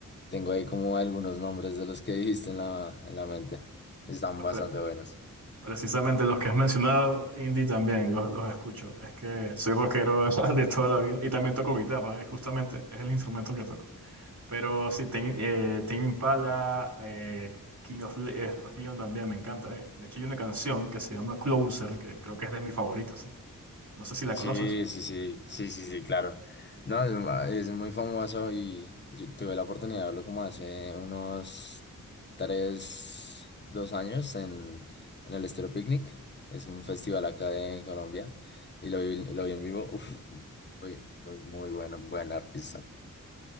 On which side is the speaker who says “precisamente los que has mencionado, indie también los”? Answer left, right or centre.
Right